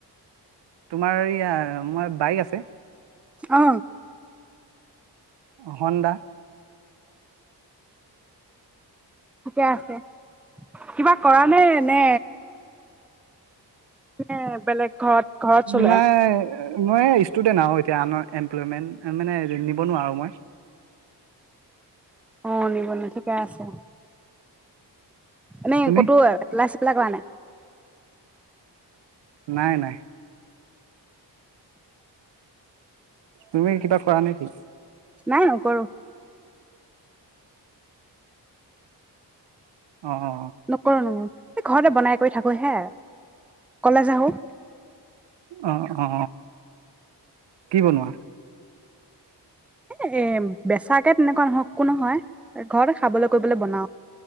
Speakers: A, on the right; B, in the centre.
A: তোমাৰ ইয়া মই বাইক আছে
B: আহ
A: হণ্
B: ঠিকে আছে কিবা কৰা নে নে এ বেলেগ ঘৰত ঘৰত চলে
A: নাই মই ষ্টুডেন্ট আৰু এতিয়া আন এমপ্লয়মেন্ট মানে নিব নোৱাৰো মই
B: অ নিব নি ঠিকে আছে এনেই
A: তুমি
B: ক'তো এলা লাগানে
A: নাই নাই তুমি কিবা কৰা নেকি
B: নাই নকৰো
A: অ অ
B: নকৰু এই ঘৰতে বনাই কৰি থাকো হে কলেজ আহো
A: আহ অ কি বনোৱা
B: এ এ বেচাক তাকে তেনেকুৱা নহওক একো নহয় ঘৰতে খাবলৈ কৰিবলৈ বনাও